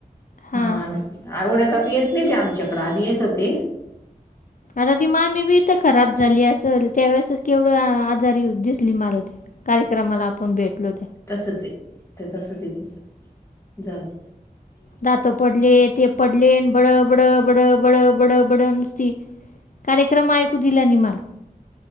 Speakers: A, on the left; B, on the left.
A: हां
B: हा - एवढ्यात आता येत नाही ते आमच्याकडं आधी येत होती.
A: आता ती मामी बी इथ खराब झाली असेल त्यावेेळेसच केवढं आजार दिसली मला ती. कार्यक्रमाला आपण भेटलो.
B: तसंच ये, ते तसंच ये तिचं, जाऊदे.
A: दात पडले, ते पडले, बड, बड, बड, बड, बड, बडं नुसती. कार्यक्रम ऐकू दिला नी मला.